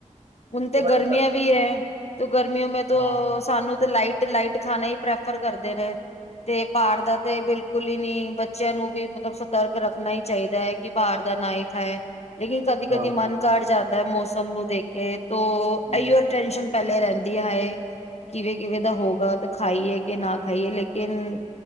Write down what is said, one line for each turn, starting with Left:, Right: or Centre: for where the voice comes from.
Left: ਹੁਣ ਤੇ
Right: ਉਹਦਾ
Left: ਗਰਮੀਆਂ
Right: ਕੀ ਕਰਨਾ
Left: ਵੀ ਐ ਤੋ ਗਰਮੀਔ ਮੇ ਤੋ
Right: ਹਾਂ
Left: ਸਾਨੂੰ ਤੇ ਲਾਈਟ ਤੇ ਲਾਈਟ ਖਾਣਾ ਈ ਪ੍ਰੈਫਰ ਕਰਦੇ ਨੇ। ਤੇ ਬਾਹਾਰ ਦਾ ਤੇ ਬਿਲਕੁਲ ਈ ਨੀ ਬੱਚਿਆਂ ਨੂੰ ਵੀ ਮਤਲਬ ਸਤਰਕ ਰੱਖਣਾ ਈ ਚਾਈਦੈ ਕਿ ਬਾਹਰ ਦਾ ਨਾ ਹੀ ਖਾਏ। ਲੇਕਿਨ ਕਦੀ, ਕਦੀ
Right: ਹਾਂ
Left: ਮਨ ਕਰ ਜਾਂਦਾ ਐ ਮੌਸਮ ਨੂੰ ਦੇਖ ਕੇ ਤੋ
Right: ਹੂੰ,
Left: ਅਈਔ ਟੈਨਸ਼ਨ ਪਹਿਲੇ ਰਹਿੰਦੀ ਆ ਹਾਏ ਕਿਵੇਂ-ਕਿਵੇਂ ਦਾ ਹੋਗਾ ਤੇ ਖਾਈਏ ਕਿ ਨਾ ਖਾਈਏ ਲੇਕ ਕਿਨ